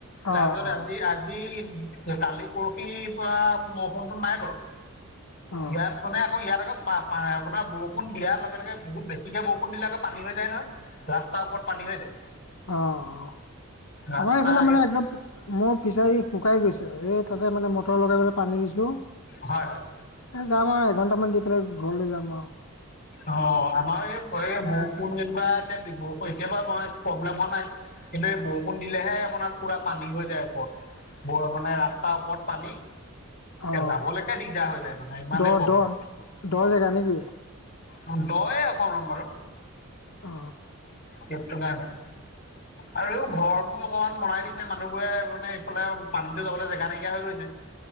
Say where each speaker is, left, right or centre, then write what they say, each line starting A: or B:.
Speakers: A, on the left; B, on the left.
A: তাৰপিছত
B: অ অ
A: আজি আজি তে কালি পৰহি পৰা বৰষুণটো নাই বাৰু।
B: অ
A: ইয়াত মানে আকৌ ইয়াত আকৌ পা পা আপোনাৰ বৰষুণ দিয়াৰ লগে লগে বহুত বেছিকে ব বৰষুণ দিলে আকৌ পানী হৈ যায় নহয়। ৰাস্তাৰ ওপৰত পানী হৈ যায়।
B: অ, অ।
A: ৰাস্তা
B: আমাৰ এইফালে
A: সেই
B: মানে একদম মোৰ ফিচাৰী শুকাই গৈছে। এই তাতে মানে মটৰ লগাই পেলাই পানী দিছো।
A: হয়, হয়।
B: এ যাম আও এঘণ্টামান দি পেলাই ঘৰলৈ যাম আও।
A: অ, আমাৰ এই এই বৰষুণ যেনিবা একে বৰষুণ এতিয়া বা মই প্ৰব্লেম হোৱা নাই। কিন্তু এই বৰষুণ দিলেহে আপোনাৰ পুৰা পানী হৈ যায় ওপত। ব মানে ৰাস্তাৰ ওপৰত পানী,
B: অ
A: এ যাবলেকে দিগদাৰ হৈ যায় মানে ইমানেই
B: দ
A: প্ৰব্লেম।
B: দ দ জেগা নে কি?
A: অ দয়ে অকমান বাৰু।
B: অ।
A: কেপটো কাৰণে।
B: <inaudible>
A: আৰু ঘৰবোৰ অকমান বনাই দিছে মানুহবোৰে মানে এইফালে পানীটো যাবলে জেগা নাইকিয়া হৈ গৈছে।